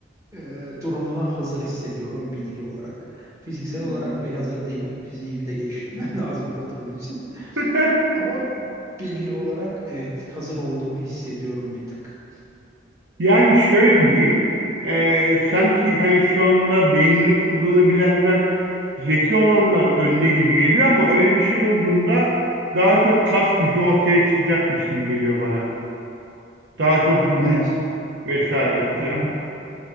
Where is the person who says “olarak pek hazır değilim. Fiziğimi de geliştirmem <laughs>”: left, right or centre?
Right